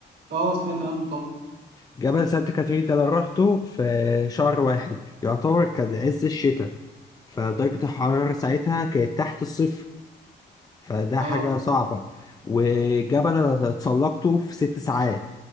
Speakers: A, on the right; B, on the left.
A: اه سمعت عنه طبعا
B: جبل سانت كاترين ده انا روحته في شهر واحد يعتبر كان عز الشتاء فدرجة الحرارة ساعتها كانت تحت الصفر فده
A: اه
B: حاجة صعبة وجبل انا اتسلقته في ست ساعات